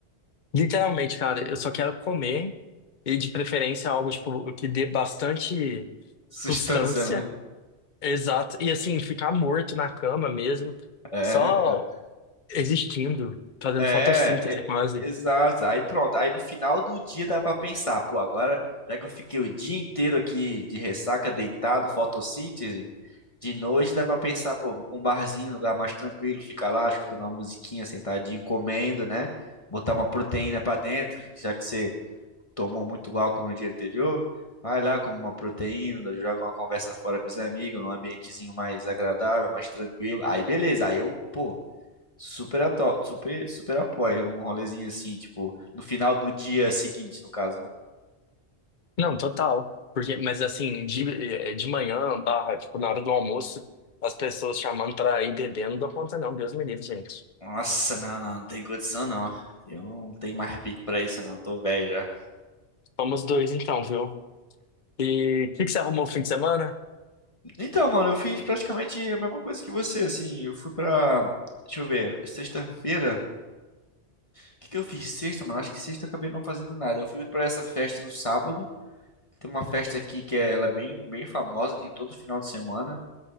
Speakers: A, on the left; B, on the left.
A: Literalmente, cara, eu só quero comer e de preferência algo tipo que dê bastante
B: Sustância,
A: sustância
B: né?
A: Exato. E assim, ficar morto na cama mesmo,
B: É,
A: só
B: cara.
A: existindo, fazendo
B: É,
A: fotossíntese
B: é,
A: quase.
B: exato. Aí pronto. Aí no final do dia dá pra pensar, pô, agora já que eu fiquei o dia inteiro aqui de ressaca, deitado, fotossíntese, de noite dá pra pensar, pô, vou pra um barzinho, um lugar mais tranquilo, ficar lá escutando uma musiquinha, sentadinho, comendo, né? Botar uma proteína pra dentro, já que você tomou muito álcool no dia anterior. Vai lá, come uma proteína, joga uma conversa fora com os amigos, num ambientezinho mais agradável, mais tranquilo. Aí beleza, aí eu, pô. Super, ato- super, super apoio. Um rolezinho assim, tipo, no final do dia seguinte, no caso, né?
A: Não, total. Porque, mas assim, de, eh, de manhã, barra, tipo, na hora do almoço, as pessoas chamando pra ir bebendo não dou conta não, Deus me livre, gente.
B: Nossa, não, não, não tem condição, não. Eu não tenho mais pique pra isso, não. Tô velho já.
A: Somos dois então, viu? E o que que você arrumou o fim de semana?
B: Então, mano, eu fiz praticamente a mesma coisa que você, assim. Eu fui pra. Deixa eu ver, sexta-feira. O que que eu fiz sexta, mano? Acho que sexta eu acabei não fazendo nada. Eu fui pra essa festa no sábado. Tem uma festa aqui que é, ela é bem, bem famosa, tem todo final de semana.